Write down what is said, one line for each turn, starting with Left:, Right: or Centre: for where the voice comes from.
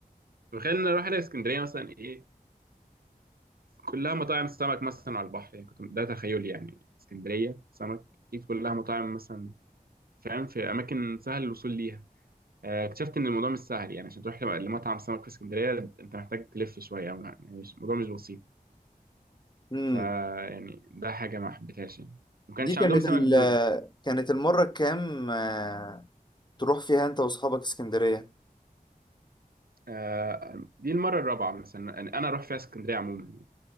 Right: تخيلنا نروح لاسكندريه مثلا ايه كلها مطاعم سمك مثلا على البحر يعني كنت ده تخيلي يعني اسكندريه سمك اكيد كلها مطاعم مثلا فاهم في اماكن سهل الوصول ليها آه، اكتشفت ان الموضوع مش سهل يعني عشان تروح لم- لمطعم سمك في اسكندريه انت محتاج تلف شويه أو يعني مش الموضوع مش بسيط
Left: امم
Right: فا يعني ده حاجه ما حبيتهاش يعني ما كانش
Left: دي كانت
Right: عندهم سمك
Left: ال
Right: بوري
Left: كانت المرة الكام آه، تروح فيها انت واصحابك اسكندرية
Right: آه، دي المره الرابعه مثلا يعني انا اروح فيها اسكندريه عموما يعني.